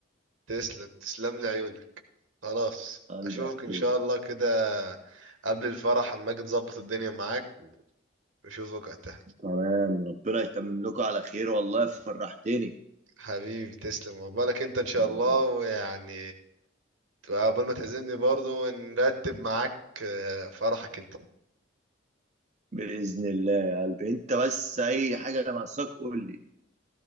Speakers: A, on the right; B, on the right.
A: تسلم تسلم لي عيونك خلاص
B: قلبي
A: اشوفك
B: يا اخويا
A: ان شاء الله كده قبل الفرح اما اجي نظبط الدنيا معاك واشوفك وقتها
B: تمام ربنا يتمم لكم على خير والله فرحتني
A: حبيبي تسلم وبالك انت ان شاء
B: تمام
A: الله ويعني قبل ما تعزمني برضو نرتب معاك آه، فرحك انت
B: باذن الله يا قلبي انت بس اي حاجه ناقصاك قول لي